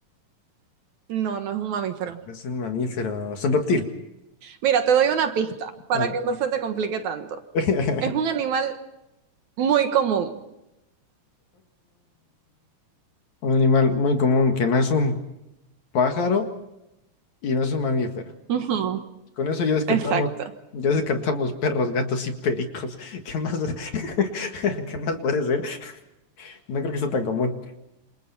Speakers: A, on the right; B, on the left.
A: no, no es un mamífero.
B: Es un mamífero, es un reptil.
A: Mira, te doy una pista para
B: A ver.
A: que no se te complique tanto.
B: <laughs>
A: Es un animal muy común.
B: Un animal muy común que no es un pájaro y no es un mamífero.
A: Ujú,
B: Con eso ya descartamos,
A: exacto.
B: ya descartamos perros, gatos y pericos. <laughs> ¿Qué más, <laughs> qué más puede ser? No creo que sea tan común.